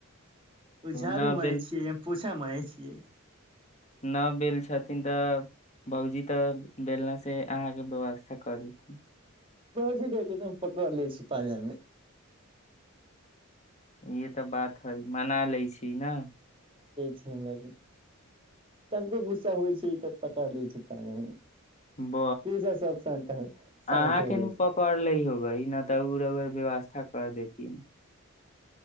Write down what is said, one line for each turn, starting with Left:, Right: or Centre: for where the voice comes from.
Right: ओ झड़ू
Left: न
Right: मारै
Left: बेल
Right: छिये पोछा पोछा मारय छियै
Left: न बेल छथिन तऽ भौजी तऽ बेलना से अहाँके व्यवस्था कऽ देत
Right: भैजी देखि तऽ हम पकड़ लै छी पाजामे
Left: ईह तऽ बात हइ मना लै छी न
Right: छै हमरा के तनिको गुस्सा होइ छै तऽ पकड़ लै छै पाजा मे
Left: ब
Right: गुस्सा सब शान्त हो शान्त
Left: अहाँ
Right: हो
Left: के
Right: जाइ
Left: नू
Right: छै
Left: पकड़ ले होबे न तऽ उ रौआ व्यवस्था कर देती